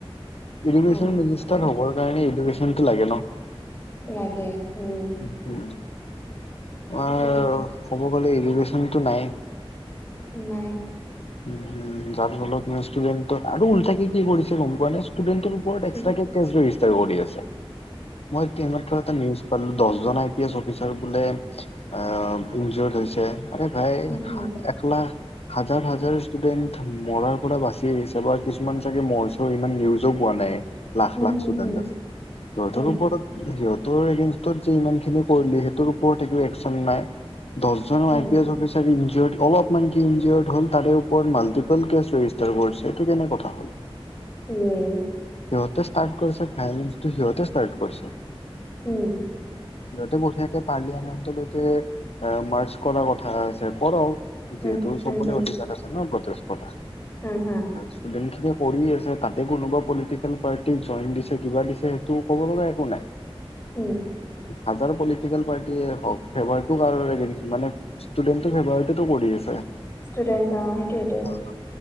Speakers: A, on the left; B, on the left.
A: ইডুকেচন
B: অ
A: মিনিষ্টাৰ
B: কা-
A: হব কাৰণে ইডুকেচন টো লাগে ন
B: লাগে উম
A: উ তোমাৰ
B: সেইটোৱেটো
A: ক'ব গ'লে ইডুগেশ্যনটো নাই
B: নাই
A: উম উম যাৰ ফলত ষ্টুডেণ্টক আৰু উল্টাকে কি কি কৰিছে গম পোৱা নে ষ্টুডেণ্টৰ ওপৰত
B: কি
A: এক্সত্ৰাকে কেচ ৰেজেচটাৰ কৰি আছে মই এইমাত্ৰ এটা নিউজ পালো দহজনাই কেচ অফিচাৰ বোলে আহ ইনজৰ্ড হৈছে আৰে ভাই
B: আহ
A: একলাখ হাজাৰ হাজাৰ ষ্টুডেন্ট মৰাৰ পৰা বাচি আহিছে বা কিছুমান চাগে মৰছেও ইমান নিউজো পোৱা নাই। লাখ
B: হুম
A: লাখ
B: হুম
A: ষ্টুডেণ্ট
B: হুম
A: আছে মুঠৰ
B: হুম
A: ওপৰত সিহঁতৰ এগেনষ্টত ইমানখিনি কৰিল সেইটোৰ ওপৰত একো একচন নাই। দহজন
B: hmm
A: I P S officer ইনজোৰ্ট অলপ মান কি ইনজোৰ্ট হল তাৰে ওপৰত মাল্টিপুল কেচ ৰেজিষ্টাৰ কৰি সেই টো কেনে কথা হ'ল
B: উম
A: সিহঁতে ষ্টাৰ্ট কৰিছে ফাইনেন্স টো সিহঁতে ষ্টাৰ্ট কৰিছে।
B: উম
A: সিহঁতে বঢ়িয়াকে পাৰ্লিয়ামেণ্ট লৈকে আহ মাৰছ কৰাৰ কথা আছে কৰক
B: হুম
A: যিহেতু
B: হুম
A: সবৰে অধিকাৰ আছে ন প্ৰোটেষ্ট কৰা
B: হয় হয়
A: ষ্টুডেন্ট খিনে কৰি আছে তাতে কোনোবা পলিটিকেল পাৰ্টিক জইন দিছে কিবা দিছে সেইটো ক'ব লগা একো নাই
B: উম
A: হাজাৰ পলিটিকেল পাৰ্টিয়ে ব্যৱহাৰটো ভাল মানে ষ্টুডেণ্টৰ ব্যৱহাৰ টো কৰি আছে
B: ষ্টুডেণ্ট অ সেইটোৱে
A: হয়
B: টো।
A: হয়।